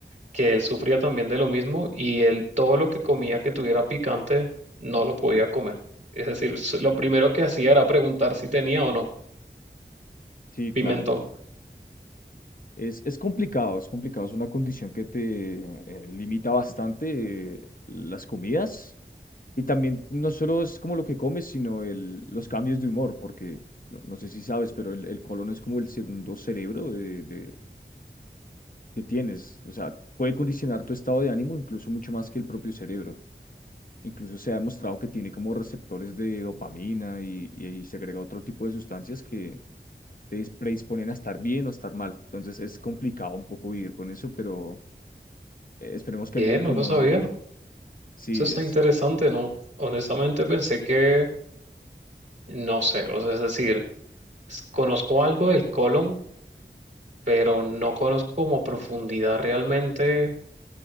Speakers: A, on the right; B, on the left.
A: que él sufría también de lo mismo y él todo lo que comía que tuviera picante no lo podía comer. Es decir, s- lo primero que hacía era preguntar si tenía o no
B: Sí, claro.
A: pimentón.
B: Es, es complicado, es complicado. Es una condición que te eh, limita bastante eh, las comidas. Y también no solo es como lo que comes, sino el, los cambios de humor, porque no, no sé si sabes, pero el, el colon es como el segundo cerebro de, de, que tienes. O sea, puede condicionar tu estado de ánimo incluso mucho más que el propio cerebro. Incluso se ha demostrado que tiene como receptores de dopamina y, y, y segrega otro tipo de sustancias que te dis- predisponen a estar bien o estar mal. Entonces es complicado un poco vivir con eso, pero eh, esperemos que
A: ¿Qué?
B: en México
A: No lo
B: no.
A: sabía.
B: Sí,
A: Eso está
B: es.
A: interesante, ¿no? Honestamente pensé que no sé, o sea, es decir, s- conozco algo del colon, pero no conozco como a profundidad realmente